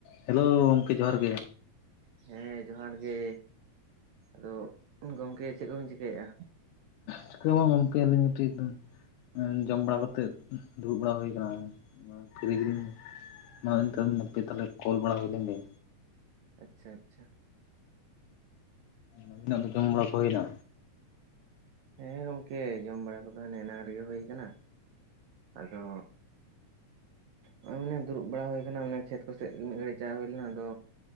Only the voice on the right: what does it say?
ᱦ
<inaudible> ᱦᱮᱸ, ᱡᱚᱦᱟᱨ ᱜᱮ᱾ ᱟᱫᱚ ᱜᱚᱝᱠᱮ ᱪᱮᱫ ᱠᱚᱵᱤᱱ ᱪᱤᱠᱟᱹᱭᱮᱜ-ᱟ?
ᱟᱪᱪᱷᱟ ᱟᱪᱪᱷᱟ᱾
ᱦᱮᱸ ᱜᱚᱢᱠᱮ ᱡᱚᱢ ᱵᱟᱲᱟ ᱠᱚᱫᱚ ᱦᱟᱱᱮ ᱮᱱᱟᱝ ᱨᱮᱜᱮ ᱦᱩᱭ ᱠᱟᱱᱟ᱾ ᱟᱫᱚ᱾ ᱢᱟᱱᱮ ᱫᱩᱲᱩᱵ ᱵᱟᱲᱟ ᱦᱩᱭ ᱠᱟᱱᱟ ᱢᱟᱱᱮ ᱠᱷᱮᱛ ᱠᱚᱥᱮᱫ ᱜᱮ ᱢᱤᱫ ᱜᱷᱟᱹᱲᱤᱡ ᱪᱟ ᱦᱩᱭ ᱞᱮᱱᱟ ᱟᱫᱚ